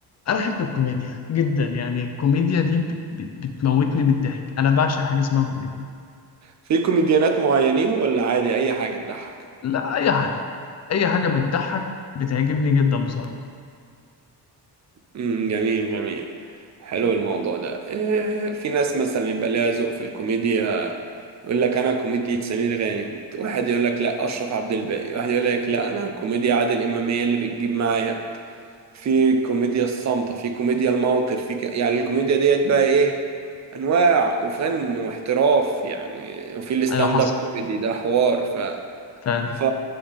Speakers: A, on the left; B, on the right.
A: انا احب الكوميديا جدا يعني الكوميديا دي ب- ب- بتموتني من الضحك انا بعشق حاجه اسمها كوميديا
B: في كوميديانات معينين ولا عادي اي حاجه تضحك
A: لا اي حاجه اي حاجه بتضحك بتعجبني جدا بصراحه
B: امم جميل جميل حلو الموضوع ده إيه، في ناس مثلا يبقى ليها ذوق في الكوميديا يقول لك انا كوميديا سمير غانم واحد يقول لك لا اشرف عبد الباقي واحد يقول لك لا انا كوميديا عادل امام هي اللي بتجيب معايا في كوميديا الصامته في كوميديا الموقف في ك... يعني الكوميديا ديت بقى ايه انواع وفن واحتراف يعني وفي الستاند
A: ايوه حصل
B: اب كوميدي ده حوار ف
A: فعلا
B: ف...